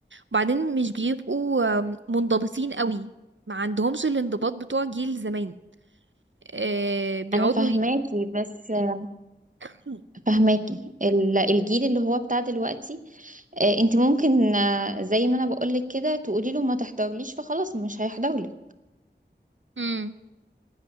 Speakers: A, on the right (about 85°); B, on the right (about 45°).
A: وبعدين مش بيبقوا آم، منضبطين قوي ما عندهمش الانضباط بتوع جيل زمان آه بيقعدوا
B: انا فهماكي
A: ي...
B: بس آه،
A: <clears throat>
B: فهماكي ال- الجيل اللي هو بتاع دلوقتي آه، انت ممكن آه، زي ما انا بقولك كده تقولي له ما تحضرليش فخلاص مش هيحضرلك
A: مم.